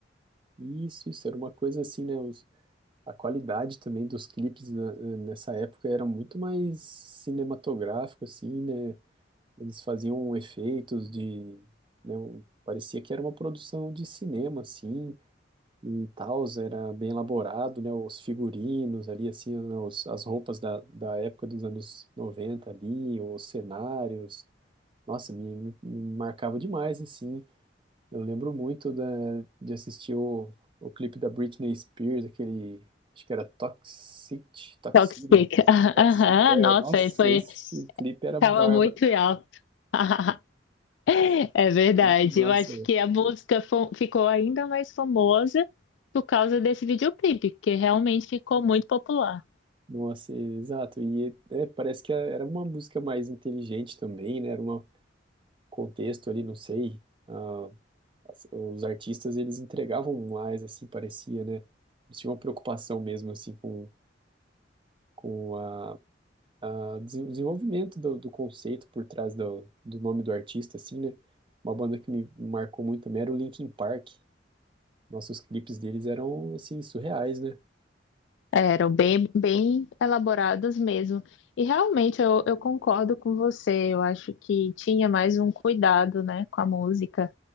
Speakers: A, on the right; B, on the left.
A: Isso, isso, era uma coisa assim, né? os- a qualidade também dos clipes né, nessa época era muito mais cinematográfico, assim, né? Eles faziam efeitos de, né, um- parecia que era uma produção de cinema, assim, e tal, era bem elaborado, né? Os figurinos ali, assim, né, os, as roupas da, da época dos anos 90 ali, os cenários, nossa, me, me- me marcava demais, assim. Eu lembro muito da, de assistir o, o clipe da Britney Spears, aquele, acho que era Toxic, Toxicity,
B: Toxic. <laughs> Aham,
A: Toxic, é,
B: nossa,
A: nossa,
B: aí foi,
A: esse clipe era
B: tava
A: bárbaro,
B: muito em alta. <laughs> É verdade.
A: muito massa,
B: Eu acho
A: velho.
B: que a música fo- ficou ainda mais famosa por causa desse videoclipe, que realmente ficou muito popular.
A: Nossa, exato. E é, parece que era uma música mais inteligente também, né? Era uma, contexto ali, não sei, ah, as- os artistas eles entregavam mais, assim, parecia, né? Eles tinham uma preocupação mesmo, assim, com, com a, a desen- o desenvolvimento do, do conceito por trás do, do nome do artista, assim, né? Uma banda que me marcou muito também era o Linkin Park. Nossos clipes deles eram, assim, surreais, né?
B: Eram bem, bem elaborados mesmo. E realmente eu, eu concordo com você. Eu acho que tinha mais um cuidado, né, com a música.